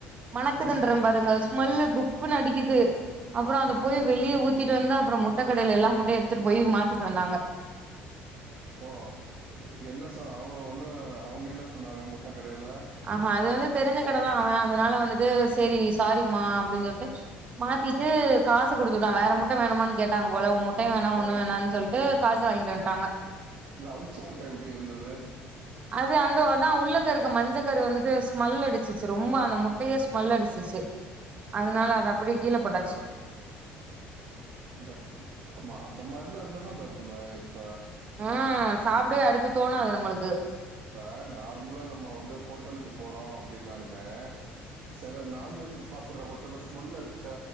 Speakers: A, on the right; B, on the right.
A: மணக்குதன்ற
B: ம்
A: பாருங்க ஸ்மெல்லு குப்புன்னு அடிக்குது அப்பறோ அத
B: ம்
A: போயி
B: ம்
A: வெளியே
B: ம்
A: ஊத் சுத்திட்டு வந்து அப்பறோ முட்ட கடயில எல்லா முட்டயு எடுத்துட்டு போய் மாத்திட்டு வந்தாங்க
B: ஓ என்ன சொ அவுங்க ஒண்ணு அவுங்க என்ன சொன்னாங்க முட்ட கடையில
A: ஆஹா அது வந்து தெரிஞ்ச கட தா அவ அதனால வந்துட்டு சேரி சாரிம்மா அப்டின்னு சொல்ட்டு மாத்திட்டு காசு குடுத்துட்டா வேற மட்டு வேணுமான்னு கேட்டாங்க போல முட் முட்டையு வேணா ஒண்ணு
B: ஆ
A: வேணானு சொல்ட்டு காசு வாங்கிட்டு வன்டாங்க
B: அந்த அவுச்ச முட்ட எப்டி இருந்தது
A: அது அந்த அதா உள்ளக்க இருக்க மஞ்ச க்கரு வந்துட்டு ஸ்மெல் அடிச்சிச்சு ரொம்ப அந்த முட்டயே ஸ்மெல் அடிச்சிச்சு அதுனால அது அப்டியே கீழ போட்டாச்சு
B: அந்தப் ஆமா அந்த மாரிலா இருந்தனா அந்த மா இப்ப
A: அ சாப்டவே அடுத்து தோணாது நம்மளுக்கு
B: இப்ப நார்மலா நம்ம வந்து ஹோட்டலுக்கு போறோ அப்டின்னாலுமே சில நான்வெஜ் சாப்ற ஹோட்டல்ல ஸ்மெல் அடிச்சா